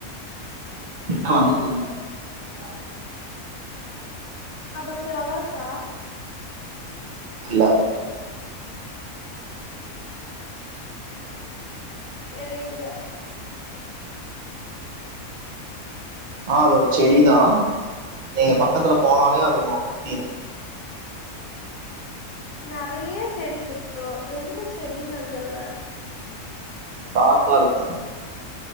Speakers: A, on the right; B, on the left.
A: கிட்ட வந்துட்டீங்க இன்னோ கொஞ்சோ வாங்க
B: அப்ப ஃப்ளவர்ஸா
A: இல்ல
B: தெரிய்ல்ல
A: ஆ அதோட செடிதா நீங்க பக்கத்துல போனாலே அது உங்கள குத்திரு
B: நறைய செடி குத்தோ எந்துச் செடின் நா சொல்ல
A: சார்பா இருக்கு